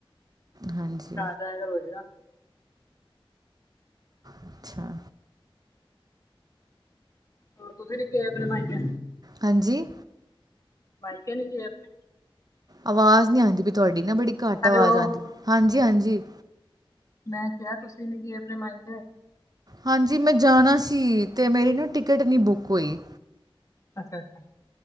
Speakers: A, on the right; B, on the left.
A: ਹਾਂਜੀ,
B: ਜਾਇਆ ਕਰ ਹੋਏਗਾ
A: ਅੱਛਾ।
B: ਹੋਰ ਤੁਸੀ ਨੀ ਗਏ ਅਪਣੇ ਮਾਇਂਕੇ?
A: ਹਾਂਜੀ?
B: ਮਾਇਕੇ ਨੀ ਗਏ ਅਪਣੇ?
A: ਅਵਾਜ਼ ਨੀ ਆਂਦੀ ਪਈ ਤੁਆਡੀ ਨਾ ਬੜੀ ਘੱਟ
B: ਹੈਲੋ
A: ਆਵਾਜ਼ ਆਂਦੀ, ਹਾਂਜੀ- ਹਾਂਜੀ।
B: ਮੈਂ ਕਿਆ ਤੁਸੀਂ ਨੀ ਗਏ ਆਪਣੇ ਮਾਈਕੇ।
A: ਹਾਂਜੀ ਮੈਂ ਜਾਣਾ ਸੀ ਤੇ ਮੇਰੀ ਨਾ ਟਿਕਟ ਨੀ ਬੁੱਕ ਓਈ।
B: ਅੱਛਾ ਅੱਛਾ